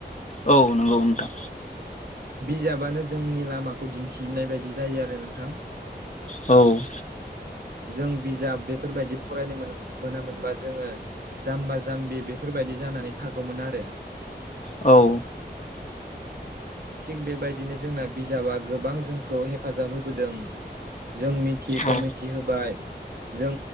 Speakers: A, on the left; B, on the right.
A: औ नंगौ नोंथां
B: बिजाबानो जोंनि लामाखौ दिन्थिनाय बायदि जायो आरो नोंथां
A: औ
B: जों बिजाब बेफोरबायदि फरायनो मोन मोनामोनबा जोङो जाम्बा जाम्बि बेफोरबायदि जानानै थागौमोन आरो
A: औ
B: थिग बेबायदिनो जोंना बिजाबा गोबां जोंखौ हेफाजाब होबोदों जों मिथियैखौ
A: औ
B: मिथिहोबाय जों